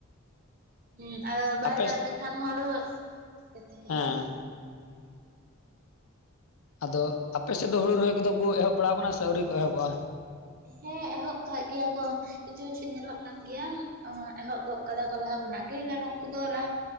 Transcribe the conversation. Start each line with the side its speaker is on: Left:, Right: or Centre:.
Right: ᱦᱮᱸ ᱟᱨ ᱵᱟᱭ
Left: ᱟᱯᱮ
Right: ᱫᱟᱜᱽ ᱞᱮᱠᱷᱟᱱ ᱦᱚᱸ ᱟᱨᱚ ᱪᱤᱠᱟᱹᱛᱮ ᱦᱳᱭᱳᱜᱼᱟ᱾
Left: ᱦᱮᱸ ᱟᱫᱚ ᱟᱯᱮ ᱥᱮᱫ ᱫᱚ ᱦᱩᱲᱩ ᱨᱚᱦᱚᱭ ᱠᱚᱫᱚ ᱠᱚ ᱮᱦᱚᱵ ᱵᱟᱲᱟᱣ ᱠᱟᱱᱟ ᱥᱮ ᱟᱹᱣᱨᱤ ᱠᱚ ᱮᱦᱚᱵᱼᱟ?
Right: ᱦᱮᱸ ᱮᱦᱚᱵ ᱠᱟᱜ ᱜᱮᱭᱟ ᱠᱚ᱾ ᱠᱤᱪᱷᱩ ᱠᱤᱪᱷᱩ ᱧᱮᱞᱚᱜ ᱠᱟᱱ ᱜᱮᱭᱟ ᱚᱸ ᱮᱦᱚᱵ ᱜᱚᱫ ᱠᱟᱫᱟ ᱠᱚ ᱞᱟᱦᱟ ᱠᱷᱚᱱᱟᱜ ᱜᱮ ᱠᱟᱨᱚᱱ ᱩᱱᱠᱩ ᱫᱚ ᱞᱟᱦᱟ